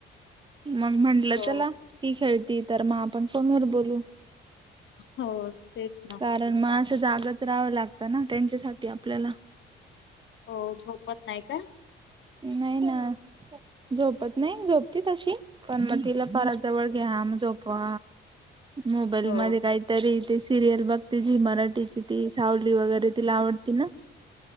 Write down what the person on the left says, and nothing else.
हो.
हो तेच ना.
हो झोपत नाही काय?
हो